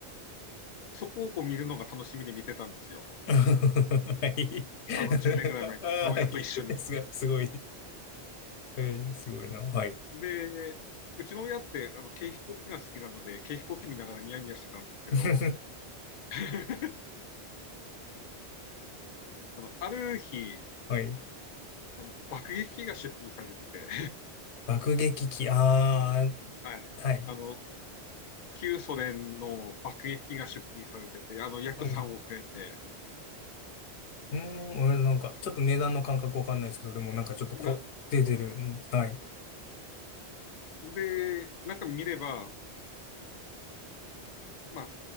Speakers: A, on the left; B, on the left.
A: そこをこう見るのが楽しみで見てたんですよ。
B: はい。
A: あの、10年ぐらい前に、
B: <laughs> はい。
A: うちの親と一緒に。
B: すごい、すごい。はい、すごいな。はい。
A: で、うちの親って、あの、軽飛行機が好きなので、軽飛行機見ながらニヤニヤしてたんですけど、
B: <laughs>
A: <laughs> あの、ある日、
B: はい。
A: あの、爆撃機が出品されてて、
B: 爆撃機、あー、
A: <laughs> はい。
B: はい。
A: あの、旧ソ連の爆撃機が出品されてて、あの、約3億円で、
B: はい。うーん、俺なんか、ちょっと値段の感覚わかんないですけど、でもなんかちょっとこう、
A: な、
B: 出てる。うんはい。
A: で、なんか見れば、まあ、